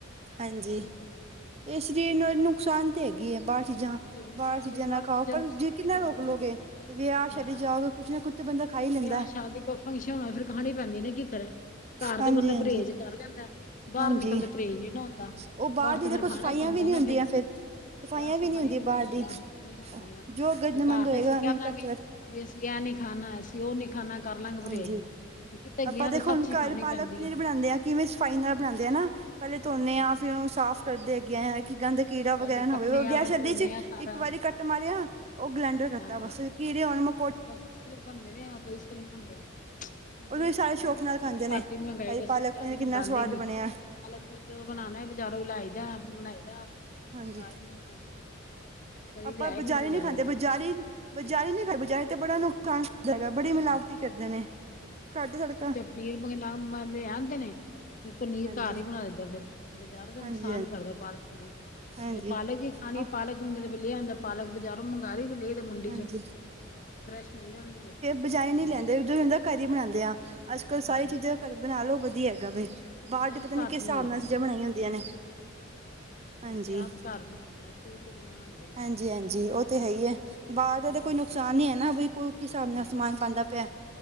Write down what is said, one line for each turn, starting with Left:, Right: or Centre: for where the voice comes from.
Right: ਹਾਂਜੀ,
Left: ਕੀ ਕਰਦੇ
Right: ਇਹ ਸਰੀਰ ਨੂੰ ਨੁਕਸਾਨ ਤੇ ਹੈਗੀ ਏ,, ਬ ਚੀਜ਼ਾਂ
Left: ਨੁਕਸਾਨ
Right: ਬਾਹਰੋ ਚੀਜ਼ਾਂ
Left: ਏ, ਬਾਹਰ
Right: ਨਾ ਖਾਓ, ਪਰ
Left: ਨੁਕਸਾਨ
Right: ਜੇ ਕਿੰਨਾ
Left: ਹੀ ਕਰਦੀਆਂ
Right: ਰੋਕ
Left: ਨਾ
Right: ਲਓਗੇ, ਵਿਆਹ
Left: ਹਾਂ
Right: ਛੱਡੀ ਜਾਓਗੇ ਕੁੱਛ ਨਾ ਕੁਛ- ਤੇ ਬੰਦਾ ਖਾ ਈ ਲੈਂਦਾ।
Left: ਵਿਆਹ ਸ਼ਾਦੀ ਫੰਕਸ਼ਨ ਹੋਏ ਫਿਰ ਖਾਣੀ ਪੈਦੀ ਨਾ ਕੀ ਕਰੇ। ਘਰ
Right: ਹਾਂਜੀ
Left: ਤੇ ਬੰਦਾ
Right: ਹਾਂਜੀ
Left: ਪਰਹੇਜ਼ ਕਰ ਲੈਂਦਾ, ਬਾਹਰ
Right: ਹਾਂਜੀ
Left: ਨਿਕਲਦੇ ਪਰਹੇਜ਼ ਨੀਂ ਨਾ ਹੁੰਦਾ।
Right: ਉਹ ਬਾਹਰ ਦੀ
Left: ਤੇ
Right: ਦੇਖੋ
Left: ਫੇਰ ਖਾਣਾ
Right: ਸਫਾਈਆਂ
Left: ਹੀ ਪੈਂਦਾ
Right: ਵੀ ਨੀਂ
Left: ਨਾ
Right: ਹੁੰਦੀਆਂ ਫਿਰ, ਸਫਾਈਆਂ
Left: ਬਾਹਰ ਸਫਾਈ
Right: ਵੀ ਵੀ ਨੀ ਹੁੰਦੀ ਬਾਹਰ
Left: ਹੁੰਦੀਆਂ
Right: ਦੀ,
Left: ਨਹੀਂ ਹੁੰਦੀਆਂ
Right: ਜੋ ਗੰਦ -ਮੰਦ
Left: ਘਰ
Right: ਹੋਏਗਾ
Left: ਤੇ ਅਸੀਂ
Right: ਉਥੇ
Left: ਕਹਿ ਦਾਂਗੇ
Right: ਕੱਟਲੇ
Left: ਵੀ ਅਸੀਂ ਇਹ ਨੀਂ ਖਾਣਾ, ਐਸੀ ਉਹ ਨੀਂ ਖਾਣਾ। ਕਰਲਾ ਗੇ ਪ੍ਰਹੇਜ,
Right: ਹਾਂਜੀ
Left: ਕਿਤੇ
Right: ਆਪਾਂ
Left: ਗਿਆ
Right: ਦੇਖੋ
Left: ਤੇ ਸਭ
Right: ਹੁਣ
Left: ਚੀਜ਼
Right: ਘਰ
Left: ਖਾਣੀ
Right: ਪਾਲਕ
Left: ਪੈਂਦੀ
Right: ਪਨੀਰ
Left: ਏ।
Right: ਬਣਾਉਂਦੇ ਹਾਂ ਕਿਵੇਂ ਸਫ਼ਾਈ ਨਾਲ ਬਣਾਦੇ ਆ ਨਾ। ਪਹਿਲੇ ਧੋਨੇ
Left: ਹੈ
Right: ਆ, ਫਿਰ ਉਹਨੂੰ ਸਾਫ਼ ਕਰਦੇ ਅੱਗੇ ਆ ਕਿ ਗੰਦ ਕੀੜਾ ਵਗ਼ੈਰਾ
Left: ਪਹਿਲੇ ਕੱਟਣੇ
Right: ਨਾ ਹੋਵੇ,
Left: ਆ
Right: ਵਿਆਹ
Left: ਫਿਰ
Right: ਸ਼ਾਦੀ
Left: ਧੋਨੇ
Right: ਚ
Left: ਆ ਸਾਰਾ
Right: ਇੱਕ ਵਾਰੀ ਕੱ- ਮਾਰਿਆ, ਉਹ ਗਰੈਂਡਰ ਕਰਤਾ
Left: ਹਾਂ
Right: ਬਸ, ਕੀੜੇ ਆਉਣ ਮਕੌੜ-
Left: ਬਸ ਇਸ ਤਰਾ ਈ ਬਣਦੇ ਨੇ <inaudible> ਬਣਦੇ ਨੇ
Right: ਉਹਨੂੰ
Left: ਤੇ
Right: ਵੀ
Left: ਹੈ
Right: ਸਾਰੇ ਸ਼ੌਕ ਨਾਲ ਖਾਂਦੇ
Left: ਅਸੀਂ
Right: ਨੇ
Left: ਪਾਰਟੀ <unintelligible> ਮੰਗਵਾਉਂਦੇ
Right: ਭਾਈ ਪਾਲਕ ਪਨੀਰ ਕਿੰਨਾ ਸਵਾਦ
Left: ਨੀ। ਹਾਲਾ
Right: ਬਣਿਆ
Left: ਕੀ ਜਦੋਂ ਬਣਾਨਾ ਏ ਬਜ਼ਾਰੋਂ ਲੈ ਆਈ, ਆਪ ਬਣਾਈ ਦਾ ਆਪ <unintelligible>
Right: ਹਾਂਜੀ
Left: ਕਦੀ
Right: ਆਪਾਂ
Left: ਲਿਆਏ
Right: ਬਜ਼ਾਰੀ
Left: ਨੀ ਬਜ਼ਾਰੋਂ
Right: ਨਹੀਂ ਖਾਂਦੇ, ਬਜ਼ਾਰੀ, ਬਜ਼ਾਰੀ ਖਾ ਬਾਜਾਰੀ ਤੇ ਬੜਾ ਨੁਕਸਾਨ ਬੜੀ ਮਿਲਾਵਟੀ
Left: ਹਾਂ
Right: ਕਰਦੇ ਨੇ ਘਰਦੇ ਤੜਕਾ
Left: ਪਨੀਰ-------ਲਿਆਂਦੇ ਨੇ ਫੇਰ ਪਨੀਰ
Right: ਹਾਂਜੀ
Left: ਘਰ ਈ ਬਣਾ ਦਈ ਦਾ ਫੇਰ, ਬਜ਼ਾਰ ਦਾ ਨੁਕਸਾਨ
Right: ਹਾਂਜੀ ਹਾਂਜੀ
Left: ਕਰਦਾ ਪਾਲਕ ਪਨੀਰ
Right: ਹਾਂਜੀ
Left: ਜੇ ਪਾਲਕ ਈ ਖਾਣੀ
Right: ਆਹ
Left: ਪਾਲਕ- ਪਨੀਰ ਫੇਰ ਲੇ ਆਂਦੇ ਪਾਲਕ ਬਜ਼ਾਰੋਂ ਮੰਗਾ ਲਈ ਲੇ ਦੇ ਮੁੰਡੀ
Right: ਹਾਂਜੀ
Left: ਚੋਂ ਫਰੈਸ਼ ਮਿਲ ਜਾਂਦੀ ਏ।
Right: ਬਜਾਰੋ ਨੀ ਲੈਂਦੇ ਜਦੋਂ ਹੁੰਦਾ ਘਰ ਈ ਬਣਾਂਦੇ ਆ, ਅੱਜ ਕੱਲ੍ਹ ਸਾਰੀ
Left: ਹਾਂ
Right: ਚੀਜ਼ਾਂ ਘਰ ਬਣਾ ਲੋ ਵਧੀਆ ਹੈਗਾ ਵੇ।
Left: ਅਸੀਂ
Right: ਬਾਰ ਤਾ
Left: ਆਪ
Right: ਪਤਾ ਨੀ
Left: ਘਰ
Right: ਕਿਸ
Left: ਬਣਾਈ
Right: ਹਿਸਾਬ
Left: ਦਾ
Right: ਨਾਲ ਚੀਜ਼ਾਂ
Left: ਬਾਜ਼ਾਰ
Right: ਬਣਾਈਆਂ
Left: ਲਿਆਂਦਾ
Right: ਹੁੰਦੀਆਂ ਨੇ।
Left: ਹੀ ਨੀ
Right: ਹਾਂਜੀ,
Left: ਅਸੀਂ ਆਪ ਘਰ ਬਣਾਈ ਦਾ ਅਸੀਂ ਕਿਵੇਂ ਬਣਾਉਂਦੇ ਸਗੋਂ
Right: ਹਾਂਜੀ- ਹਾਂਜੀ ਓ ਤੇ ਹੈ ਈ ਐ ਬਾਹਰ ਦਾ ਤਾਂ
Left: ਹਾਂ
Right: ਕੋਈ ਨੁਕਸਾਨ ਨੀ ਏ ਨਾ ਬਈ ਕੋਈ ਕਿਸਾਬ ਨਾ
Left: ਹਾਂ
Right: ਸਮਾਨ ਪਾਂਦਾ ਪੇਆ